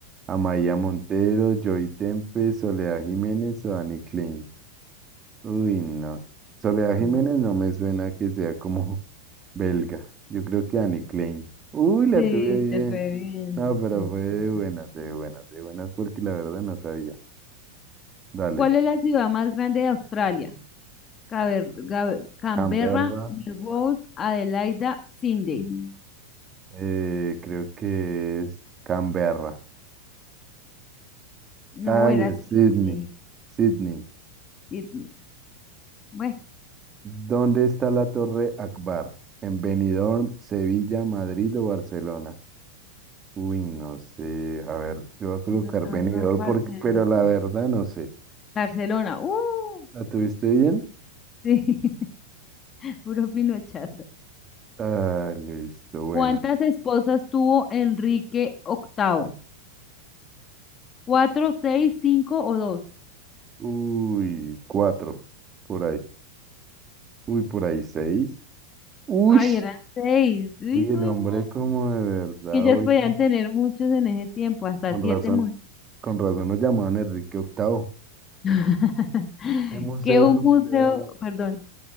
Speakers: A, on the right; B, on the left.
A: Amaya Montero, Joy Tempe, Soledad Jiménez o Dani Klein. Uy, no. Soledad
B: Ah,
A: Jiménez
B: no.
A: no me suena que sea como Belga. Yo creo que Annie Klein. Uy, la
B: Sí,
A: tuve bien.
B: te fue bien.
A: No, pero
B: te
A: fue de
B: fue bien.
A: buenas, de buenas, de buenas, porque la verdad no sabía. Dale.
B: ¿Cuál es la ciudad más grande de Australia? Caber- Ga- Canberra,
A: Canberra.
B: Melbourne, Adelaida, Sydney. Mm.
A: eh, creo que es Canberra.
B: No
A: Ay,
B: era
A: es
B: Sydney,
A: Sydney. Sydney.
B: Sydney. Bueno,
A: ¿Dónde está la Torre Akbar? ¿En Benidorm, Sevilla, Madrid o Barcelona? Uy, no sé. A ver, yo voy a colocar
B: Re-
A: Benidorm
B: a- Ba- Barcelona.
A: porque, pero la verdad no sé.
B: Barcelona. ¡Uh!
A: ¿La tuviste bien?
B: Sí, <laughs> puro pinochazo.
A: Ah, listo, bueno.
B: ¿Cuántas esposas tuvo Enrique Octavo? ¿Cuatro, seis, cinco o dos?
A: Uy, cuatro, por ahí. Uy, por ahí seis. Uy,
B: Ay, eran seis. Hijo
A: uy, el
B: de
A: hombre
B: madre.
A: como de verdad,
B: Que ellas
A: oiga.
B: podían tener muchos en ese tiempo, hasta
A: Con
B: siete
A: razón, con razón nos llamaban Enrique Octavo.
B: <laughs>
A: ¿Qué museo,
B: Que un
A: conserva-
B: museo, perdón,